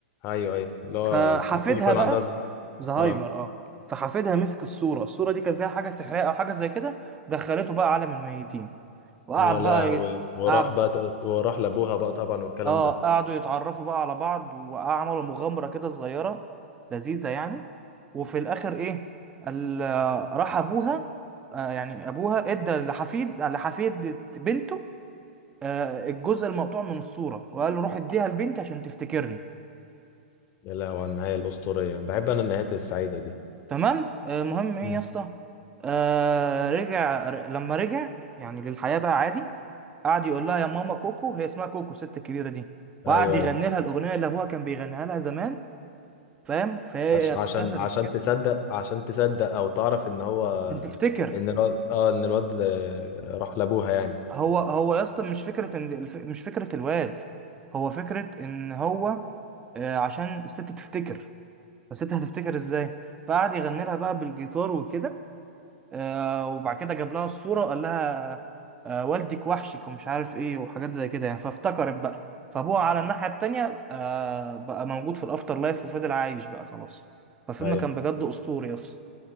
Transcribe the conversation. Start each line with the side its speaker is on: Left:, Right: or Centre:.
Left: ايوه ايوه اللي هو
Right: فحفيدها
Left: ممكن يكون
Right: بقى
Left: عندها ز-
Right: زهايمر
Left: اه
Right: اه فحفيدها مسك الصورة الصورة دي كان فيها حاجة سحرية أو حاجة زي كده دخلته بقى عالم الميتين وقعد
Left: يا لهوي
Right: بقى يت...
Left: وراح
Right: قعد
Left: بقى ت- وراح لابوها بقى طبعا والكلام
Right: اه
Left: ده
Right: قعدوا يتعرفوا بقى على بعض وعملوا مغامرة كده صغيرة لذيذة يعني وفي الآخر إيه ال... راح أبوها آه يعني أبوها إدى لحفيد لحفيد بنته آه الجزء المقطوع من الصورة وقال له روح إديها لبنتي عشان تفتكرني
Left: يا لهوي على النهايه الاسطوريه بحب انا النهايات السعيده دي
Right: تمام آه، المهم ايه
Left: مم.
Right: يا اسطى آه رجع ر- لما رجع يعني للحياة بقى عادي قعد يقول لها يا ماما كوكو هي اسمها كوكو الست الكبيرة دي وقعد
Left: ايوه
Right: يغني
Left: ايوه
Right: لها الأغنية اللي أبوها كان بيغنيها لها زمان فاهم فهي
Left: عش...
Right: ابتسمت
Left: عشان عشان
Right: كده
Left: تصدق عشان تصدق او تعرف ان هو
Right: أنت تفتكر
Left: ان الواد اه ان الواد آه، راح لابوها يعني
Right: هو هو يا اسطى مش فكرة إن الف... مش فكرة الواد هو فكرة إن هو آه عشان الست تفتكر فالست هتفتكر إزاي فقعد يغني لها بقى بالجيتار وكده آه، وبعد كده جاب لها الصورة وقال لها آه، والدك وحشك ومش عارف ايه وحاجات زي كده يعني فافتكرت بقى فابوها على الناحية التانية آه، بقى موجود في الافتر لايف وفضل عايش بقى خلاص فالفيلم
Left: ايوه
Right: كان بجد اسطوري اصلا